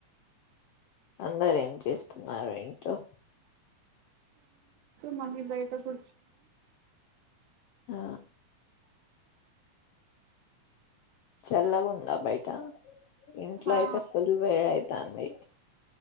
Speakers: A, on the left; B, on the right.
A: అందర ఏం చేస్తున్నారు ఇట్లో
B: మది బయట కు
A: ఆ చల్లగా ఉందా బయట ఇంట్లో
B: ఆ
A: యితే ఫుల్ బే అయితే తడి